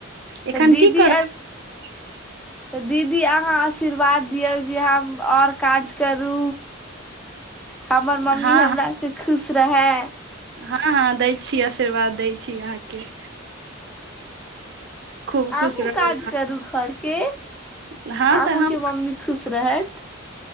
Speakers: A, on the right; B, in the centre.
A: एखन
B: त दीदी
A: की करब
B: आ
A: <inaudible>
B: तऽ दीदी अहाँ आशीर्वाद दियौ जे हम आओर काज करू हमर मम्मी
A: हँ
B: हमरा
A: हँ
B: से खुश रहै
A: हँ हँ दैत छी आशीर्वाद दैत छी अहाँके खूब
B: अहूँ
A: खुश रहू
B: काज करूँ घर के
A: अहाँ हँ
B: अहूँ
A: तऽ हम
B: के मम्मी खुश रहत